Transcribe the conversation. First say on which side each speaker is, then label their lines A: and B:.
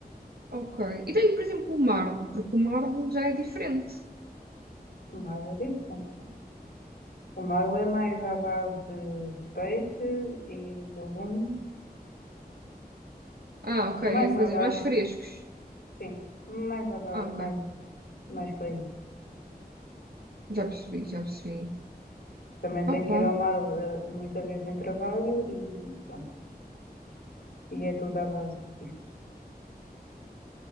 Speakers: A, on the right; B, on the left.
A: ok. E tem, por exemplo, o Marlo, porque o Marlo já é diferente.
B: o Marlo é diferente. O Marlo é mais à base de peixe e legumes.
A: Ah, ok,
B: Mais
A: é coisas
B: à base,
A: mais frescos.
B: sim, mais à base,
A: Ah, ok,
B: mais, mais por aí.
A: já percebi, já percebi.
B: Também tenho
A: Opa,
B: que ir ao mar eh, muitas vezes em trabalho e pronto. E é tudo à base disso.